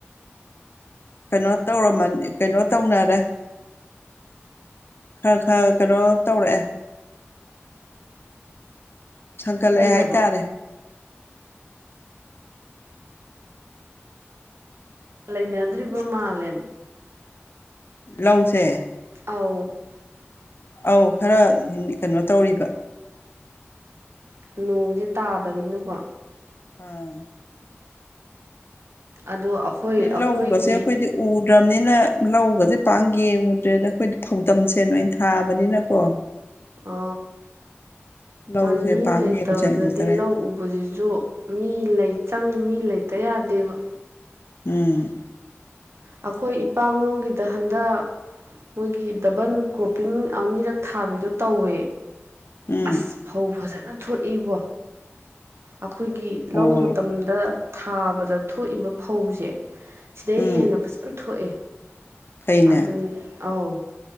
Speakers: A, on the left; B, on the right.
A: ꯀꯩꯅꯣ ꯇꯧꯔꯃꯅꯤ ꯀꯩꯅꯣ ꯇꯧꯅꯔꯦ ꯈꯔ ꯈꯔ ꯀꯩꯅꯣ ꯇꯧꯔꯛꯑꯦ ꯁꯥꯡꯒꯠꯂꯛꯑꯦ
B: ꯂꯩꯔꯕꯣ
A: ꯍꯥꯏꯇꯥꯔꯦ
B: ꯂꯩꯅꯗ꯭ꯔꯤꯕ ꯃꯥꯂꯦꯝ
A: ꯂꯧꯁꯦ
B: ꯑꯥꯎ
A: ꯑꯧ ꯈꯔ ꯀꯩꯅꯣ ꯇꯧꯔꯤꯕ
B: ꯅꯣꯡꯁꯦ ꯇꯥꯗꯅꯤꯅꯀꯣ
A: ꯑꯝ
B: ꯑꯗꯣ ꯑꯩꯈꯣꯏ
A: ꯂꯤ
B: ꯑꯩꯈꯣꯏꯒꯤ
A: ꯂꯧꯀꯁꯦ ꯈꯣꯏꯗꯤ ꯎ ꯎ꯭ꯔꯕꯅꯤꯅ ꯂꯧꯒꯁꯦ ꯄꯥꯛ ꯌꯦꯡꯉꯨꯗ꯭ꯔꯦꯗ ꯑꯩꯈꯣꯏꯗꯤ ꯐꯧꯗꯝꯁꯦ ꯅ ꯑꯩꯅ ꯊꯥꯕꯅꯤꯅꯀꯣ
B: ꯑ
A: ꯂꯧꯁꯦ
B: ꯃꯥ ꯃꯤ
A: ꯄꯥꯛ
B: ꯂꯩꯇꯕꯗꯗꯤ
A: ꯌꯦꯡꯁꯤꯜꯂꯨꯗ꯭ꯔꯦ
B: ꯂꯧ
A: ꯍꯥꯏꯇꯥꯔꯦ
B: ꯎꯕꯁꯤꯁꯨ ꯃꯤ ꯂꯩ ꯆꯪ ꯃꯤ ꯂꯩꯇ ꯌꯥꯗꯦꯕ
A: ꯎꯝ
B: ꯑꯩꯈꯣꯏ ꯏꯄꯥꯝꯂꯣꯝꯒꯤꯗ ꯍꯟꯗ ꯃꯣꯏꯒꯤ ꯗꯕꯟ ꯀ꯭ꯔꯣꯞꯄꯤꯡ ꯑꯅꯤꯔꯛ ꯊꯥꯕꯤꯗꯣ ꯇꯧꯋꯦ
A: ꯎꯝ
B: ꯑꯁ ꯐꯧ ꯐꯖꯅ ꯊꯣꯛꯏꯕꯣ ꯑꯩꯈꯣꯏꯒꯤ ꯂꯧ
A: ꯑꯣ
B: ꯃꯇꯝꯗ ꯊꯥꯕꯗ ꯊꯣꯛꯏꯕ ꯐꯧꯁꯦ ꯁꯤꯗꯩ
A: ꯎꯝ
B: ꯍꯦꯟꯅ ꯐꯖꯅ ꯊꯣꯛꯑꯦ
A: ꯐꯩꯅꯦ
B: ꯑꯗꯨꯅ ꯑꯥꯎ